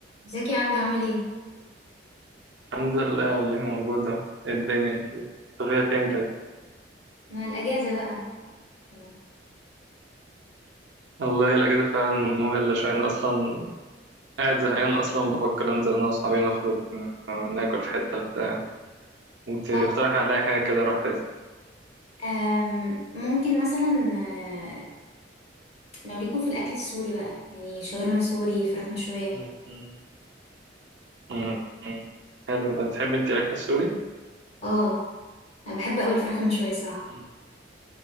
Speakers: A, on the left; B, on the right.
A: ازيك يا عبدو عامل ايه؟
B: الحمد لله والله موجودة إيه الدنيا انت طبيعي فين كده
A: مع الأجازة بقى تمام.
B: والله الأجازة فعلا مملة شوية أنا أصلا قاعد زهقان أصلا بفكر أنزل أنا وأصحابي نخرج ن- ناكل في حتة بتاع انت
A: اه
B: اقترحي عليا حاجة كده أروح فيها
A: أم، ممكن مثلا آه، لو ليكوا في الأكل السوري بقى يعني شاورما سوري فراخ مشوية
B: مم. مم. حلو ده بتحب انت الأكل السوري؟
A: اه أنا بحب أوي الفراخ المشوية صراحة
B: مم.